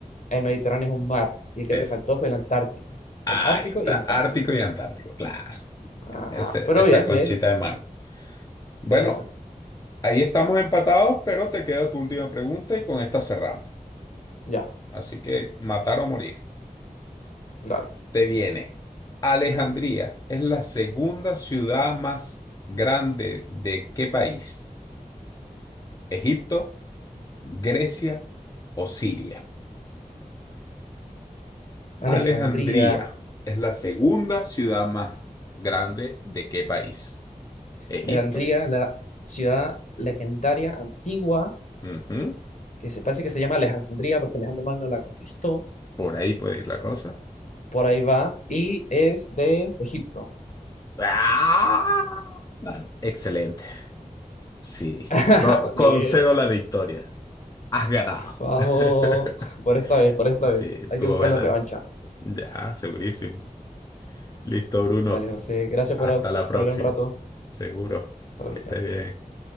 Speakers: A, on the left (about 60°); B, on the left (about 25°).
A: el Mediterráneo es un mar y el que
B: Esa.
A: te faltó fue el Antártico,
B: Ahí
A: el Ártico
B: está.
A: y Antártico.
B: Ártico y Antártico. Claro.
A: Ajá,
B: Ese-
A: pero
B: esa
A: bien,
B: conchita
A: bien,
B: de mango. Bueno,
A: eso,
B: ahí estamos empatados, pero te queda tu última pregunta y con esta cerramos.
A: ya,
B: Así que matar o morir.
A: dale.
B: Te viene. Alejandría es la segunda ciudad más grande de qué país? Egipto. Grecia o Siria.
A: Alejandría,
B: Alejandría es la segunda ciudad más grande de qué país? Egipto.
A: Alejandría, la ciudad legendaria antigua,
B: Ujú.
A: que se parece que se llama Alejandría porque Alejandro Magno la conquistó,
B: Por ahí puede ir la cosa.
A: por ahí va, y es de Egipto.
B: ¡Ah! Excelente. Sí.
A: <laughs>
B: Co- concedo
A: Bien.
B: la victoria. Has ganado.
A: Vamos,
B: <laughs>
A: por esta vez, por esta
B: Sí,
A: vez.
B: estuvo
A: Hay que buscar
B: buena.
A: la revancha.
B: Ya, segurísimo. Listo, Bruno.
A: Dale, José. Gracias
B: Hasta
A: por,
B: la próxima.
A: por hablar un rato.
B: Seguro.
A: Hasta la
B: Que
A: próxima.
B: estés bien.